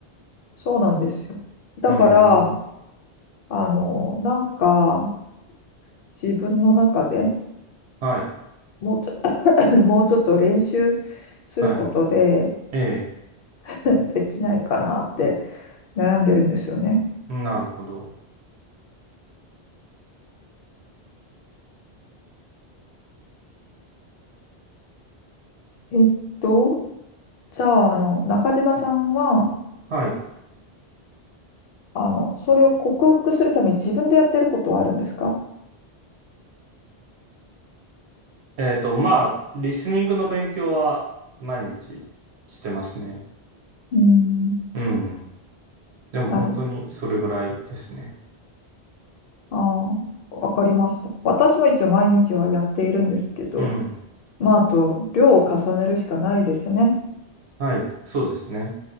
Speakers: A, on the left; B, on the right.
A: そうなんですよ。だから、
B: うん。
A: あの、なんか自分の中で
B: はい。
A: もうちょ、<coughs> <laughs> もうちょっと練習することで
B: はい。ええ。
A: <coughs> <laughs> できないかなって悩んでるんですよね。
B: なるほど。
A: えっと、じゃあ、あの、中島さんは、
B: はい。
A: あの、それを克服するために自分でやってることはあるんですか
B: えっと、まあ、リスニングの勉強は毎日してますね。
A: うーん。
B: うん。でも本当にそれぐらいですね。
A: なるほど。ああ、わかりました。私も一応毎日はやっているんですけど、
B: うん。
A: まあ、あと、量を重ねるしかないですね。
B: はい。そうですね。